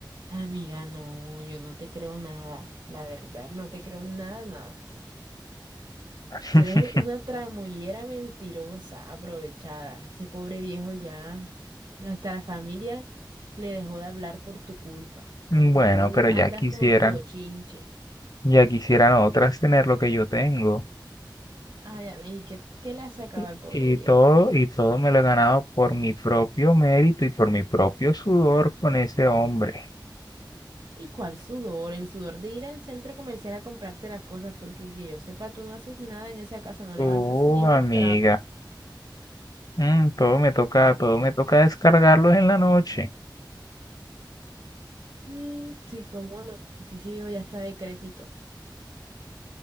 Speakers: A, on the right (about 70°); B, on the left (about 55°).
A: Amiga, no, yo no te creo nada. La verdad, no te creo nada, nada.
B: <laughs>
A: Tú eres una tramoyera mentirosa, aprovechada. Ese pobre viejo ya, hasta la familia le dejó de hablar por tu culpa,
B: Bueno,
A: porque tú
B: pero
A: andas
B: ya quisieran,
A: con tu bochinche.
B: ya quisieran otras tener lo que yo tengo.
A: Ay, a mí, ¿qué, qué le has sacado
B: Y
A: al pobre
B: y
A: viejo?
B: todo, y todo me lo he ganado por mi propio mérito y por mi propio sudor con ese hombre.
A: ¿Y cuál sudor? El sudor de ir al centro comercial a comprarte las cosas, porque que yo sepa, tú no haces nada en esa casa, no levantas
B: Oh,
A: ni
B: amiga,
A: un trapo.
B: mm, todo me toca, todo me toca descargarlos en la noche.
A: Mm, sí, cómo no. Sí, sí, viejo, ya está decrépito.